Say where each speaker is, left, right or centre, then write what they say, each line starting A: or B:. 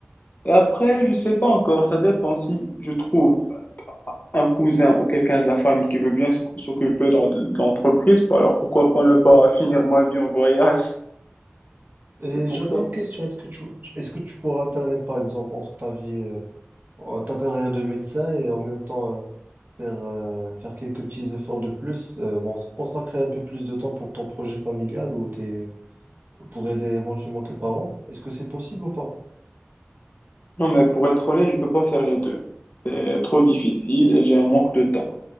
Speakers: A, on the left; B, on the right.
A: Et après, je sais pas encore, ça dépend si je trouve un cousin ou quelqu'un de la famille qui veut bien s- s'occuper d'en- de l'entreprise, bah alors pourquoi pas ne pas finir ma vie en voyage?
B: Et
A: C'est pour
B: j'avais
A: ça.
B: une question, est-ce que tu, est-ce que tu pourras alterner, par exemple, entre ta vie, euh, euh, ta carrière de médecin et en même temps, euh, faire, euh, faire quelques petits efforts de plus, euh, bon, consacrer un peu plus de temps pour ton projet familial ou tes, pour aider éventuellement tes parents? Est-ce que c'est possible ou pas?
A: Non, mais pour être honnête, je peux pas faire les deux. C'est trop difficile et j'ai un manque de temps.